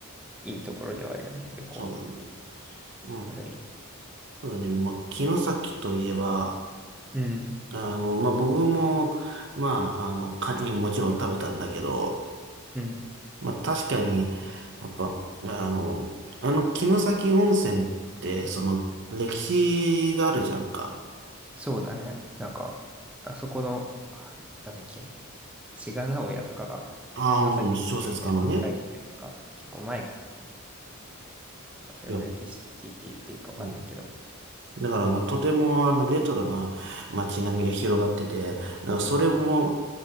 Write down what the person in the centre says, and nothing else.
いいところではあるよね、旅行。
でもい、
うん、
うん、
そうだね。なんか、あそこの、あなんだっけ、志賀直哉とかが、
城崎みえみたいなの書いてたりとか、
結構前、まあそれを歴史的って言っていいかわかんないけど、